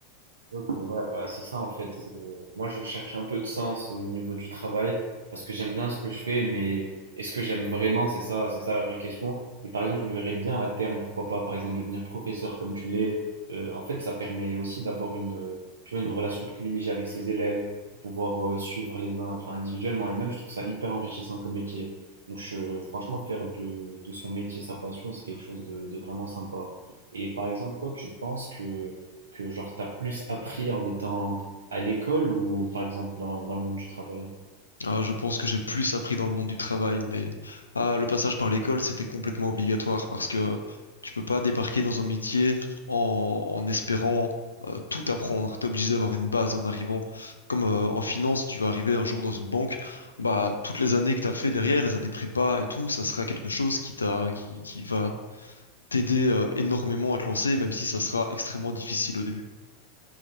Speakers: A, on the right; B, on the left.
A: Ok, ouais, bah c'est ça en fait. c'est- Moi, je cherche un peu de sens au niveau du travail parce que j'aime bien ce que je fais, mais est-ce que j'aime vraiment? C'est ça, c'est ça la vraie question. Et par exemple, je me verrais bien à terme, pourquoi pas, par exemple, devenir professeur comme tu l'es. Euh, en fait, ça permet aussi d'avoir une, euh, tu vois, une relation privilégiée avec ses élèves, pouvoir euh, suivre les uns, enfin individuellement. Et même, je trouve ça hyper enrichissant comme métier. Donc, je- franchement, faire de, de son métier sa passion, c'est quelque chose de de vraiment sympa. Et par exemple, toi, tu penses que que genre t'as plus appris en étant à l'école ou par exemple dans, dans le monde du travail?
B: Ah, je pense que j'ai plus appris dans le monde du travail, mais ah, le passage par l'école, c'était complètement obligatoire parce que tu peux pas débarquer dans un métier en, en espérant euh, tout apprendre. T'es obligé d'avoir une base en arrivant. Comme euh, en finance, tu vas arriver un jour dans une banque, bah toutes les années que t'as fait derrière, les années prépa et tout, ça sera quelque chose qui t'a qui, qui va t'aider euh, énormément à te lancer, même si ça sera extrêmement difficile au début.